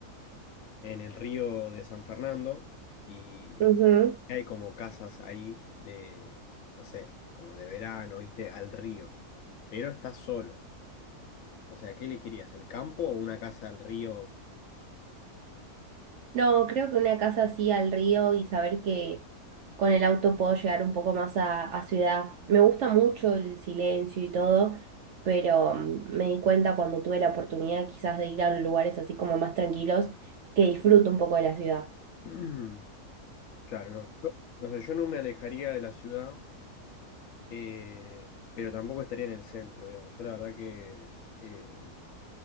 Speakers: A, on the left (about 65°); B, on the right (about 65°).
A: en el río de San Fernando y
B: Ujú.
A: hay como casas ahí de, no sé, como de verano, ¿viste? Al río, pero estás solo. O sea, ¿qué elegirías? ¿El campo o una casa al río?
B: No, creo que una casa así al río y saber que con el auto puedo llegar un poco más a, a ciudad. Me gusta mucho el silencio y todo, pero mm, me di cuenta cuando tuve la oportunidad quizás de ir a lugares así como más tranquilos que disfruto un poco de la ciudad.
A: <clears throat> Claro, no. Yo- O sea, yo no me alejaría de la ciudad, eh, pero tampoco estaría en el centro, digamos. Yo la verdad que... eh,